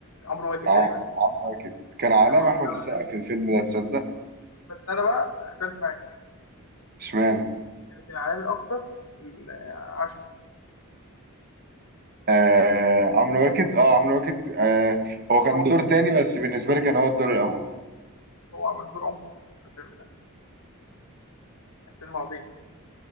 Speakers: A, on the left (about 80°); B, on the right (about 45°).
A: عمرو واكد
B: اه
A: تقريبا
B: عاملة كده كان علامة
A: اه
B: أحمد السقا
A: عالمي
B: في الفيلم ده تصدق؟
A: بس انا بقى اختلف معاك
B: اشمعنى؟
A: اللي كان عالمي اكتر ال- عشان
B: آه عمرو واكد اه عمرو واكد آه هو كان
A: دور عمره
B: دور تاني بس بالنسبه لي كان هو الدور الاول
A: هو عمل دور عمره في الفيلم ده كان فيلم عظيم